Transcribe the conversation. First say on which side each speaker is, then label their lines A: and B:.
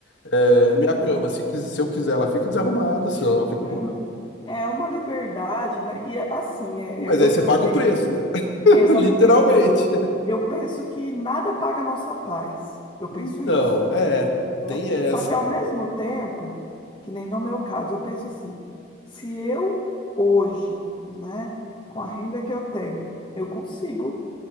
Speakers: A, on the left; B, on the left.
A: É,
B: Então,
A: minha cama, se, quis- se eu quiser, ela fica desarrumada, se não, ela fica
B: é,
A: arrumada.
B: um- é uma liberdade, né? E é assim, é,
A: Mas
B: é, eu,
A: aí você
B: eu
A: paga
B: penso,
A: o preço, né? <laughs>
B: exatamente,
A: Literalmente.
B: eu, eu penso que nada paga a nossa paz. Eu penso
A: Então,
B: isso.
A: é,
B: né?
A: tem essa.
B: Só que ao mesmo tempo, que nem no meu caso, eu penso assim, se eu hoje, né, com a renda que eu tenho, eu consigo,